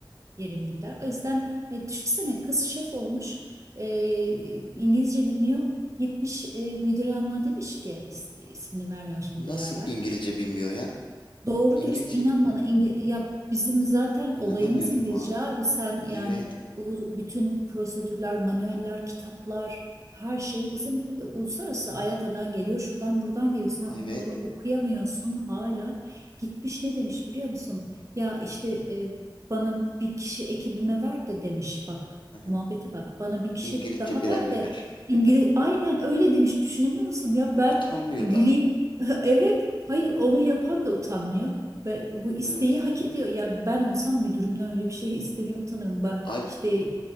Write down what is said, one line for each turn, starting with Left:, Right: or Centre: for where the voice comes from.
Right: yerim gider. O yüzden e, düşünsene kız şef olmuş e, İngilizce bilmiyor gitmiş e, müdür hanıma demiş ki is- ismini vermiyorum şimdi
Left: Nasıl
Right: duyarlar.
Left: İngilizce bilmiyor ya?
Right: Doğru
Left: İngilizce
Right: dürüst inan
Left: bi-
Right: bana İngi- ya bizim zaten
Left: inanamıyorum
Right: olayımız İngilizce
Left: ha.
Right: abi sen yani
Left: Evet.
Right: u- bütün prosedürler, manueller, kitaplar her şey bizim e, uluslararası AYATA'dan geliyor şuradan buradan geliyor sen
Left: Evet.
Right: onları okuyamıyorsun hala gitmiş ne demiş biliyor musun? Ya işte e, bana bir kişi ekibime ver de demiş bak
Left: Hı hı.
Right: muhabbete bak bana bir kişi
Left: İngilizce
Right: daha
Left: biren
Right: ver
Left: bir
Right: de
Left: ver.
Right: İngiliz
Left: <laughs>
Right: aynen öyle demiş düşünebiliyor musun ya ben
Left: Utanmıyor
Right: güleyim
Left: da.
Right: <laughs> Evet, hayır onu yapan da utanmıyor. Ve bu isteği
Left: Evet.
Right: hak ediyor. Ya ben olsam müdürümden öyle bir şey istemeye utanırım. Ben
Left: Ay
Right: işte